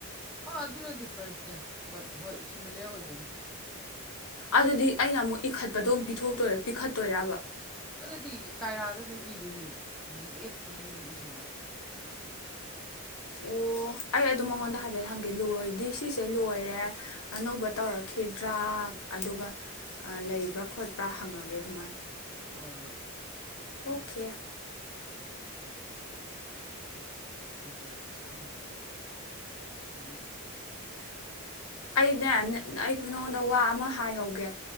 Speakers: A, in the centre; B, on the left.
A: ꯑꯥ ꯑꯗꯨꯅ ꯗꯤꯐ꯭ꯔꯦꯟꯅꯦ ꯕꯠ ꯍꯣꯏ ꯁꯤꯃꯤꯂꯔ ꯑꯣꯏꯗꯣꯏꯅꯤ
B: ꯑꯗꯨꯗꯤ ꯑꯩꯅ ꯑꯃꯨꯛ ꯏꯈꯠꯄꯗꯣꯨꯛ ꯄꯤꯊꯣꯛꯇꯣꯏꯔꯥ ꯄꯤꯈꯠꯇꯣꯏꯕ
A: ꯑꯗꯨꯗꯤ ꯀꯥꯏꯔꯥꯗ ꯑꯗꯨꯝ ꯏꯗꯣꯏꯅꯦ ꯍꯧꯖꯤꯛꯀꯤ ꯑꯦꯞꯁ ꯃꯅꯨꯡꯗ ꯑꯗꯨꯝ ꯏꯁꯟꯗꯣꯏꯅꯦ
B: ꯑꯣ ꯑꯩ ꯑꯗꯨ ꯃꯉꯣꯟꯗ ꯍꯥꯏꯐꯦꯠ ꯍꯪꯒꯦ ꯂꯣꯏꯗꯤ ꯁꯤꯁꯦ ꯂꯣꯏꯔꯦ ꯑꯅꯧꯕ ꯇꯧꯔꯛꯈꯤꯗ꯭ꯔꯥ ꯑꯗꯨꯒ ꯂꯩꯕ꯭ꯔꯥ ꯈꯣꯠꯄ꯭ꯔꯥ ꯍꯪꯉꯒꯦ ꯑꯗꯨꯃꯥꯏꯅ
A: ꯍ
B: ꯑꯣꯀꯦ
A: ꯑ ꯗꯣꯛꯇꯔꯁꯨ ꯃꯁ ꯌꯥꯝ ꯐꯖꯩꯑ ꯎ
B: ꯑꯩꯅꯦ ꯑꯩ ꯅꯉꯣꯟꯗ ꯋꯥ ꯑꯃ ꯍꯥꯏꯍꯧꯒꯦ